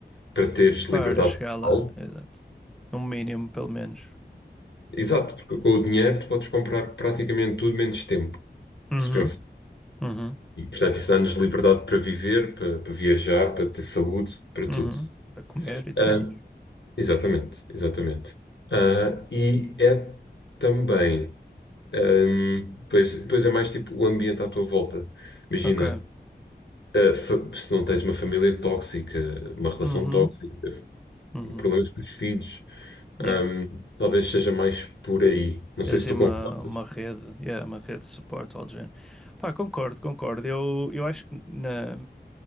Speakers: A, on the left; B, in the centre.
A: para teres liberdade
B: Para chegar
A: total.
B: lá, exato. No mínimo, pelo menos.
A: Exato, porque com o dinheiro tu podes comprar praticamente tudo menos tempo,
B: Uhum,
A: se pensar.
B: uhum.
A: E, portanto, isso dá-nos liberdade para viver, para, para viajar, para ter saúde, para
B: Uhum.
A: tudo.
B: Para comer e tudo
A: Ah,
B: mais.
A: exatamente, exatamente. Ah, e é também, ahm, pois, pois é mais tipo o ambiente à tua volta. Imagina,
B: Ok.
A: ah, fa- se não tens uma família tóxica, uma relação
B: Uhum.
A: tóxica,
B: Uhum.
A: problemas com os filhos.
B: Yeah.
A: Ahm, talvez seja mais por aí. Não
B: Ter
A: sei
B: assim
A: se tu
B: uma,
A: concordas,
B: uma rede, yeah, uma rede de suporte ao género. Pá, concordo, concordo. Eu, eu acho que na,